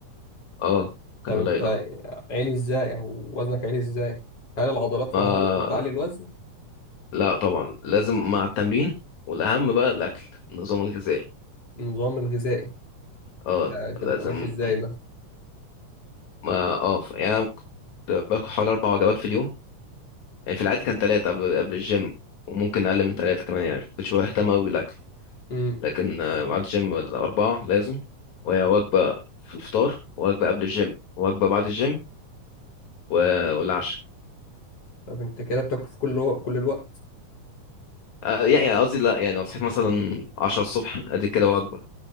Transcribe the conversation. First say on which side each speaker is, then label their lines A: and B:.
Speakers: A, on the left (about 65°); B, on the left (about 45°).
A: اه
B: طب
A: كان
B: انت
A: قليل اه
B: عالي ازاي او وزنك عالي ازاي هل العضلات
A: ما
B: لوحدها ممكن تعلي الوزن
A: لا طبعا لازم مع التمرين والاهم بقى الاكل النظام الغذائي
B: النظام الغذائي
A: اه
B: آه، ده
A: لازم
B: بيبقى ماشي ازاي ده
A: ما اه ف- يعني أنا كنت باكل حوالي اربع وجبات في اليوم يعني في العادي كان ثلاثه قبل قبل الجيم وممكن اقل من ثلاثه كمان يعني كنتش بهتم قوي بالاكل
B: امم
A: لكن آه، ميعاد الجيم الأربعة لازم وهي وجبة في الفطار وجبة قبل الجيم وجبة بعد الجيم و- والعشاء
B: طب انت كده بتاكل في كل وق- كل الوقت
A: آه، يعني قصدي لا يعني لو صحيت مثلا عشرة الصبح ادي كده وجبة